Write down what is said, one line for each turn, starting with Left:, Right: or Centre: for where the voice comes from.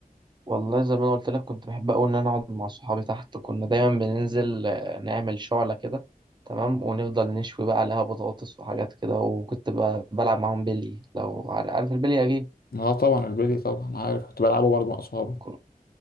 Right: والله زي ما انا قلت لك كنت بحب قوي ان انا اقعد مع صحابي تحت كنا دايما بننزل آه، نعمل شعلة كده تمام ونفضل نشوي بقى عليها بطاطس وحاجات كده وكنت ب- بلعب معاهم بيلي لو عار- عارف البيلي اكيد
Left: اه طبعا البلي طبعا عارف كنت بلعبه برضه مع اصحابي
Right: كن-